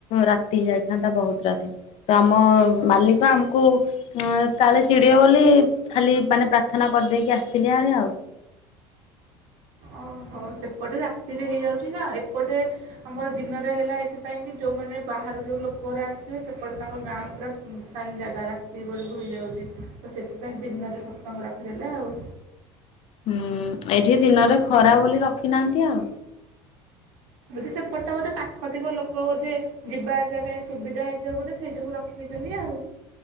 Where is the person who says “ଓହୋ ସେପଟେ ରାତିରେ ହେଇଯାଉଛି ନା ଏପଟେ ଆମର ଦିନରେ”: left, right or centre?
Right